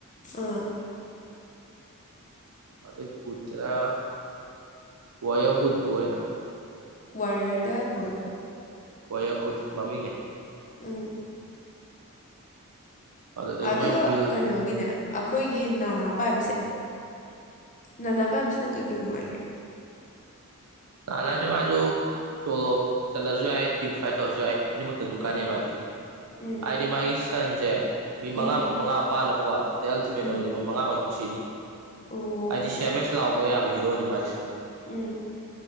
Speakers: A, on the left; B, on the right.
A: ꯑꯥ
B: ꯑꯗꯩ ꯕꯨꯠꯇꯨꯅ ꯋꯥꯌ꯭ꯔ ꯕꯨꯨꯠ ꯄꯨ ꯑꯣꯏꯅ
A: ꯋꯥꯔꯔꯤꯌ꯭ꯔꯗ ꯕꯨꯠ
B: ꯋꯥꯔꯤꯌ꯭ꯔ ꯕꯨꯠ ꯃꯃꯤꯡꯅꯦ
A: ꯎꯝ
B: ꯑꯗꯨꯗꯒꯤ
A: ꯑꯗꯨꯒ
B: ꯃꯥꯏ ꯕꯤꯜ
A: ꯀꯩꯅꯣꯒꯤꯅꯦ ꯑꯈꯣꯏꯒꯤ ꯅꯅꯥ ꯄꯥꯏꯕꯁꯦ
B: ꯎꯝ
A: ꯅꯅꯥ ꯄꯥꯏꯕꯁꯤꯅ ꯀꯩꯀꯩ ꯅꯨꯡꯉꯥꯏꯒꯦ
B: ꯅꯥꯅꯥ ꯁꯦ ꯃꯥꯖꯨ ꯁꯣꯂꯣ ꯆꯠꯂꯁꯨ ꯌꯥꯏ ꯇꯤꯝ ꯐꯥꯏꯠ ꯇꯧꯔꯁꯨ ꯌꯥꯏ ꯑꯅꯤꯃꯛꯇ ꯑꯗꯨꯝ ꯀꯥꯟꯅꯩ
A: ꯎꯝ
B: ꯃꯥꯗꯤ
A: ꯎꯝ
B: ꯍꯥꯏꯗꯤ ꯃꯥꯒꯤ ꯁ꯭ꯇꯟꯖꯦ ꯃꯤ ꯃꯉꯥꯃꯛꯀꯤ
A: ꯎꯝ
B: ꯃꯉꯥꯃꯛ ꯄꯥꯜꯂꯕꯀꯣ ꯑꯗꯩ ꯑꯜꯇꯤꯃꯦꯠ ꯅꯝꯃꯗꯤ
A: ꯎꯝ
B: ꯃꯣꯏ ꯃꯉꯥꯃꯛ ꯑꯗꯨꯝ ꯁꯤꯅꯤ
A: ꯑꯣ
B: ꯍꯥꯏꯗꯤ ꯁꯦꯚꯦꯁ ꯄ꯭ꯂꯥꯎꯕ ꯌꯥꯕ ꯍꯤꯔꯣꯅꯦ ꯃꯥꯖꯦ
A: ꯎꯝ